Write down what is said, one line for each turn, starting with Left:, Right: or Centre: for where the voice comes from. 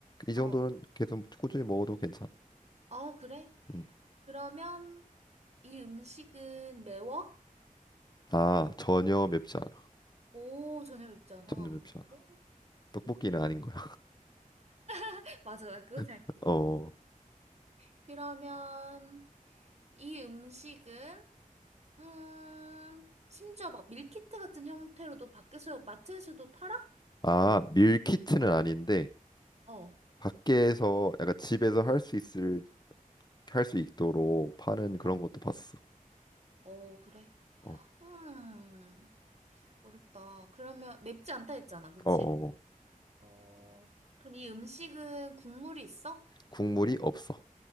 Left: 이
Right: 어.
Left: 정도는 계속 꾸준히 먹어도 괜찮아.
Right: 어, 그래?
Left: 음.
Right: 그러면 이 음식은 매워?
Left: 아, 전혀 맵지 않아.
Right: 오, 전혀 맵지 않아.
Left: 전혀 맵지 않아.
Right: 오.
Left: 떡볶이는 아닌 거야.
Right: <laughs> 맞아, 나 그거 생각했어.
Left: <laughs> 어,
Right: 그러면 이 음식은, 음, 심지어 막 밀키트 같은 형태로도 밖에서, 마트에서도 팔아?
Left: 아, 밀키트는 아닌데.
Right: 어,
Left: 밖에서 약간 집에서 할 수 있을 할 수 있도록 파는 그런
Right: 어,
Left: 것도 봤어.
Right: 어, 그래.
Left: 어,
Right: 음, 어렵다. 그러면 맵지 않다 했잖아, 그치?
Left: 어, 어. 어.
Right: 어, 그럼 이 음식은 국물이 있어?
Left: 국물이 없어.